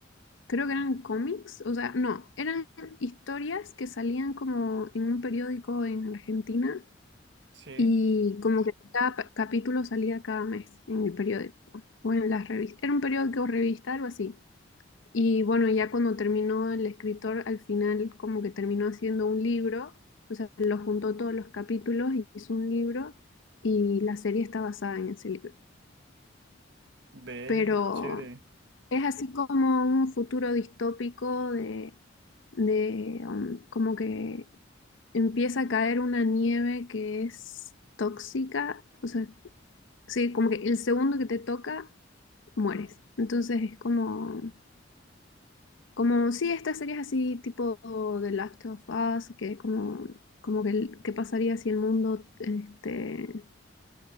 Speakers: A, on the left; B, on the right.
A: creo que eran cómics, o sea, no, eran historias que salían como en un periódico en Argentina
B: Sí,
A: y como que cada pa- capítulo salía cada mes en el periódico o en las revistas. Era un periódico o revista, algo así. Y bueno, ya cuando terminó el escritor, al final como que terminó haciendo un libro, o sea, lo juntó todos los capítulos y hizo un libro y la serie está basada en ese libro.
B: ve,
A: Pero
B: chévere.
A: es así como un futuro distópico de, de um, como que empieza a caer una nieve que es tóxica, o sea, sí, como que el segundo que te toca, mueres. Entonces es como... Como sí, estas series así tipo The Last of Us, que como, como que el- qué pasaría si el mundo este,